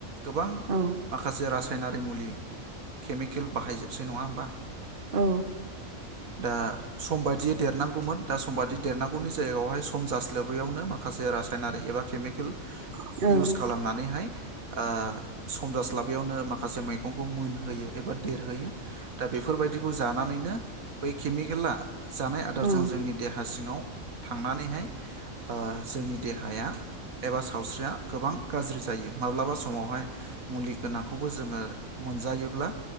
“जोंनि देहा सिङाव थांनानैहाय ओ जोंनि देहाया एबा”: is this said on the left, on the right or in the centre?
Right